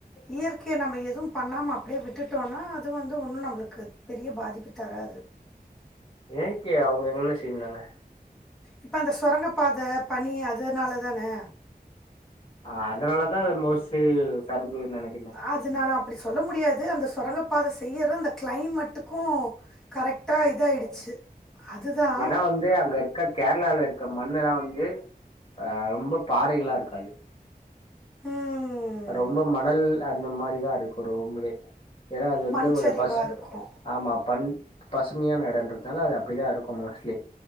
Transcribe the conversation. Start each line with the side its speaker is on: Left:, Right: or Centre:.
Centre: இயற்கய நம்ம எதுவூ பண்ணாம அப்படியே விட்டுட்டோனா அது வந்து ஒன்னூ நம்மளுக்கு பெரிய பாதிப்பு தராது
Left: இயற்கை அவுங்க எங்கன செய்ஞ்சாங்க
Centre: இப்போ அந்த சுரங்க பாதை பணி அதனால தானே
Left: ஆ அதனால தா அது மோஸ்ட்லி கரஞ்சுது நெனக்
Centre: அது நா அப்டி சொல்ல முடியாது அந்த சுரங்கப்பாதை செய்யறதூ அந்த கிளைமட்டுக்கூ கரெக்டா இதாயிடுச்சு அதுதான்
Left: ஏனா வந்து அங்க இருக்கர கேரளால க்க மண்ணெல்லா வந்து ஆ ரொம்ப பாறைகளாருக்காது
Centre: ம்,
Left: ரொம்ப மணல் அந்த மாரிதாருக்கு ரொம்பவே ஏனா அது வந்து
Centre: மண்
Left: ஒரு
Centre: சரிவா
Left: பச
Centre: இருக்கும்
Left: ஆமா பண் பசுமையான எடொன்றதுனால அது அப்டிதா இருக்கு மோஸ்ட்லி